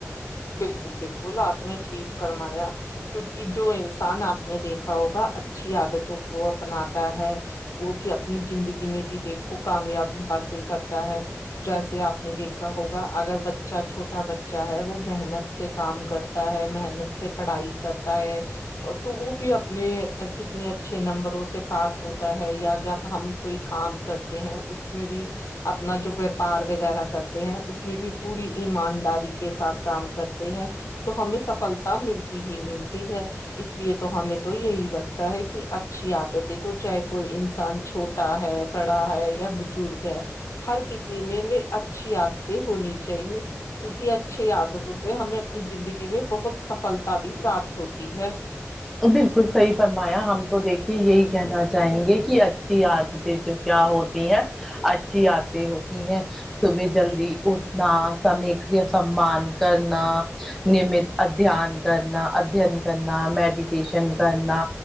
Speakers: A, on the left; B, in the centre.
A: بالکل بالکل آپ نے ٹھیک فرمایا کیونکہ جو انسان آپ میں دیکھا ہوگا اچھی عادتوں کو اپناتا ہے وہ بھی اپنی زندگی میں بھی دیکھو کامیابی حاصل کر تا ہے جیسے آپ نے دیکھا ہوگا اگر بچہ چھوٹا بچہ ہے وہ محنت سے کام کرتا ہے محنت سے پڑھائی کرتا ہے تو وہ بھی اپنے کتنے اچھے نمبروں سے پاس ہوتا ہے یا جب ہم کوئی کام کرتے ہیں اس میں بھی اپنا جو ویاپار وغیرہ کرتے ہیں اس میں بھی پوری ایمانداری کے ساتھ کام کرتے ہیں تو ہمیں سفلتا ملتی ہی ملتی ہے اس لیے تو ہمیں تو یہی لگتا ہے کہ اچھی عادتیں تو چاہے کوئی انسان چھو ٹا ہے بڑا ہے یا بزرگ ہے ہر کسی میں بھی اچھی عادتیں ہونی چاہیے کیونکہ اچھی عاد توں سے ہمیں اپنی زندگی میں بہت سفلتا بھی پراپت ہوتی ہے
B: بالکل صحیح فرمایا ہم تو دیکھیے یہی کہنا چاہیں گے کہ اچھی عادتیں جو کیا ہوتی ہیں اچھی عادتیں ہوتی ہیں صبح جلدی اٹھنا سمے کے سمان کرنا نمت ادھیان کرنا ادھین کرنا میڈیٹیشن کرنا